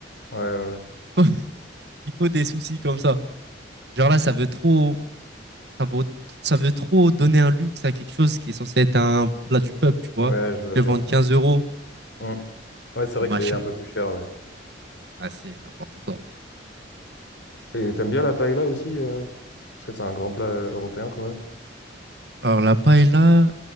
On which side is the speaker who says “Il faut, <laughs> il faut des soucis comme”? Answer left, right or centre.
Right